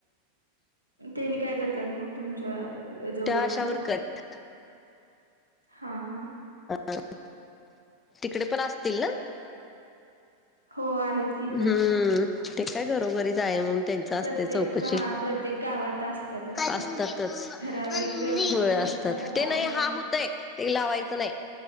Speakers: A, on the right (about 90°); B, on the left (about 20°).
A: तेनी काय करतात मग? तुमच्या जाऊ आहेत
B: आशा
A: त्या
B: वर्कर आहेत.
A: हा हा
B: ह तिकडे पण असतील ना.
A: हो आहेत की इकडं
B: हम्म
A: पण
B: ते काय घरोघरी जाऊन त्यांची असते
A: प्रत्येक
B: चौकशी
A: हा प्रत्येक गावात असतातच
B: असतातच
A: ते ठराविक म्हणजे
B: हो
A: त्यांचा
B: असतात
A: त्यांचा भाग
B: ते नाही हा होतय. तेल लावायचं नाही.